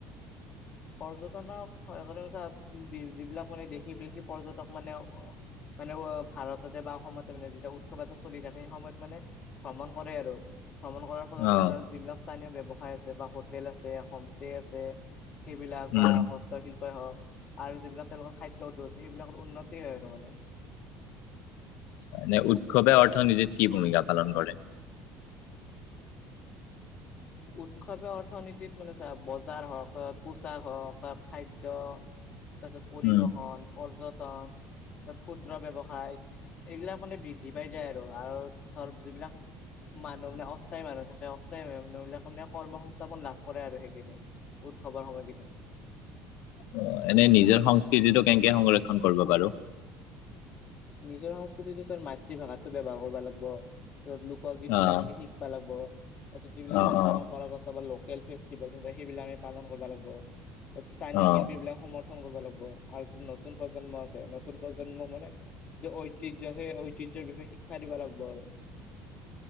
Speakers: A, on the left (about 35°); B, on the left (about 75°).
A: পৰ্যটনক স যিবিলাক মানে দেশী বিদেশী পৰ্যটক মানে মানে ভাৰততে বা অসমতে মানে যেতিয়া উৎসৱ এটা চলি থাকে সেই সময়ত মানে ভ্ৰমণ কৰে আৰু ভ্ৰমণ কৰাৰ ফত
B: অ',
A: মানে ধৰ যিবিলাক স্থানীয় ব্যৱসায় আছে বা হোটেল আছে হোমষ্টে আছে সেইবিলাক
B: উম,
A: বা হস্তশিল্পই হওঁক আৰু যিবিলাক তেওঁলোকৰ খাদ্য উদ্যোগছে সেইবিলাকৰ উন্নতি হয় আৰু মানে
B: মানে উৎসৱে অৰ্থনীতিত কি ভূমিকা পালন কৰে।
A: উৎসৱে অৰ্থনীতিত মানে চা বজাৰ হওক তাত পোচাক হওক তাত খাদ্য তাৰপিছত পৰিবহন
B: উম,
A: পৰ্যটন ক্ষুদ্ৰ ব্যৱসায় এইবিলাক মানে বৃদ্ধি পাই যায় আৰু আৰু ধৰ যিবিলাক মানুহ মানে অস্থায়ী মানুহ থাকে অস্থায়ী মানুহবিলাক কৰ্ম সংস্থাপন লাভ কৰে আৰু সেইকেইদিন উৎসৱৰ সময় কেইদিন
B: অ এনেই নিজৰ সংস্কৃতিটো কেনেকে সংৰক্ষণ কৰিব বাৰু
A: নিজৰ সংস্কৃতিটো মাতৃভাষাতটোৰ ব্যৱহাৰ কৰিব লাগিব ত লোকগীত
B: অ',
A: বিলাক আমি শিক লাগব তাৰ পিছত যিবিলাক
B: অ',
A: আমাৰ
B: অ'।
A: পৰম্পৰাগত লোকেল ফেষ্টিভেল আছে সেইবিলাক পালন কৰিব লাগিব স্থানীয়
B: অ',
A: শিল্পী বিলাক সমত ন কৰিব লাগিব আৰু যি নতুন প্ৰজন্ম আছে নতুন প্ৰজন্মক মানে কি ঐতিহ্য সেই ঐতিহ্যৰ বিষয়ে শিক্ষা দিব লাগিব আৰু